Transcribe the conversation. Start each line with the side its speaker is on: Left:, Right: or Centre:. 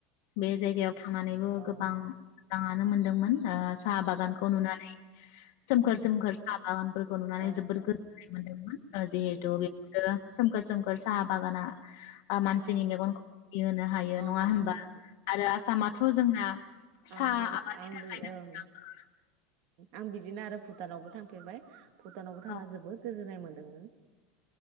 Left: बे जायगायाव थांनानैबो गोबां
Right: औ
Left: मानो मोनदोंमोन ओ साहा बागानखौ
Right: उम
Left: नुनानै सोमखोर
Right: उम
Left: सोमखोर साहा बागानफोरखौ नुनानै
Right: औ
Left: जोबोद गोजोननाय मोनदोंमोन ओ जिहेतु
Right: उम
Left: बेफोरो सोमखोर सोमखोर साहा बागाना ओ मानसिनि
Right: औ
Left: मेगनखौ <unintelligible> होनो हायो
Right: औ
Left: नङा
Right: नंगौ
Left: होनबा?
Right: नोंथां
Left: आरो आसामाथ'
Right: औ
Left: जोंना साहा
Right: आंबो
Left: आबादनि
Right: आंबो
Left: थाखायनो
Right: ओं
Left: मुंदांखा।
Right: आं बिदिनो आरो भुटानावबो थांफेरबाय। भुटानावबो थांना
Left: औ
Right: जोबोद गोजोननाय मोन <inaudible>